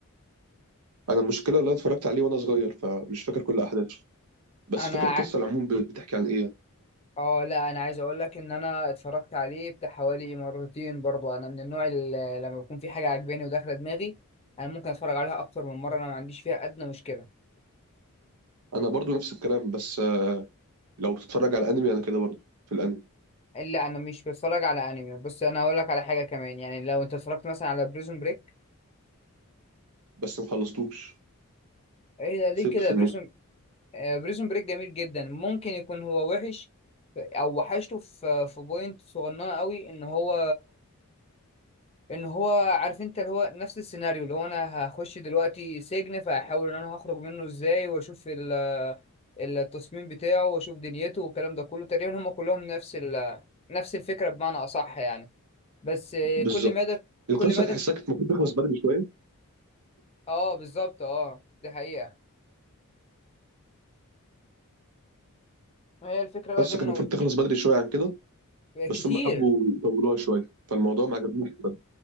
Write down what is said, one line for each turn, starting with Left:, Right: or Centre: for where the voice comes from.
Right: انا المشكله اللي انا اتفرجت عليه وانا صغير فمش فاكر كل احداثه بس
Left: انا
Right: فاكر القصه
Left: ع-
Right: العموم بت- بتحكي عن ايه
Left: اه لا انا عايز اقول لك ان انا اتفرجت عليه بتاع حوالي مرتين برضو انا من النوع اللي لما بيكون في حاجه عاجباني وداخله دماغي انا ممكن اتفرج عليها اكتر من مره انا ما عنديش فيها ادنى مشكله
Right: انا برضو نفس الكلام بس آه، لو بتتفرج على انمي انا كده برضو في الانمي
Left: الا انا مش بتفرج على انمي بص انا هقول لك على حاجه كمان يعني لو انت اتفرجت مثلا على بريزون بريك
Right: بس ما خلصتوش
Left: ايه ده ليه
Right: سبت
Left: كده
Right: في النص
Left: بريزون بريزون بريك جميل جدا ممكن يكون هو وحش ف- او وحشته في في بوينت صغننه قوي ان هو ان هو عارف انت اللي هو نفس السيناريو اللي هو انا هخش دلوقتي سجن فاحاول ان انا هخرج منه ازاي واشوف ال- التصميم بتاعه واشوف دنيته والكلام ده كله تقريبا هم كلهم نفس ال نفس الفكرة بمعنى اصح يعني بس آه،
Right: بالظبط
Left: كل مادة
Right: القصه
Left: كل مادة
Right: تحسها كانت المفروض تخلص بدري شويه
Left: اه بالظبط اه دي حقيقة هي الفكرة بقى
Right: القصه
Left: زي ما
Right: كانت
Left: انا
Right: المفروض
Left: قلت
Right: تخلص بدري شويه عن كده
Left: لك
Right: بس
Left: كتير
Right: هم حبوا يطولوها شويه فالموضوع ما عجبنيش بجد.